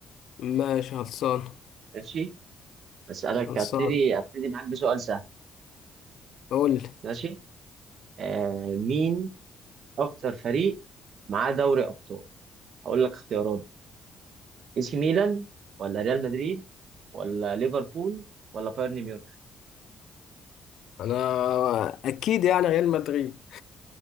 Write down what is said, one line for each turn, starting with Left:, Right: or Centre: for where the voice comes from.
Left: ماشي خلصان
Right: ماشي؟ أسألك
Left: خلصان
Right: هبتدي هبتدي معاك بسؤال سهل
Left: قول لي.
Right: ماشي؟ آه مين أكتر فريق معاه دوري أبطال؟ هقول لك اختيارات اي سي ميلان ولا ريال مدريد ولا ليفربول ولا بايرن ميونخ
Left: انا اكيد يعني ريال مدريد